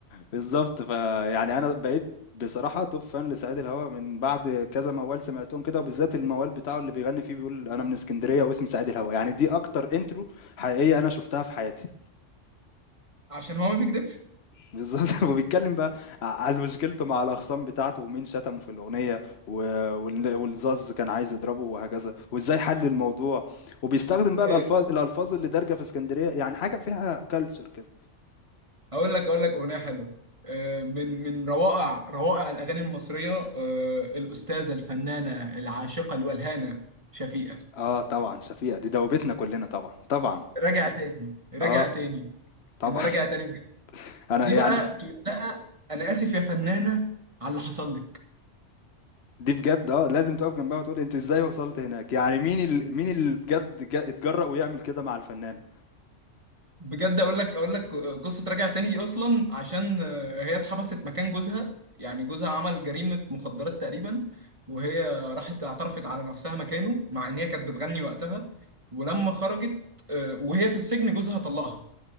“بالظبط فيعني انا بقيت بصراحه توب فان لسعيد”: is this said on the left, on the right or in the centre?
Left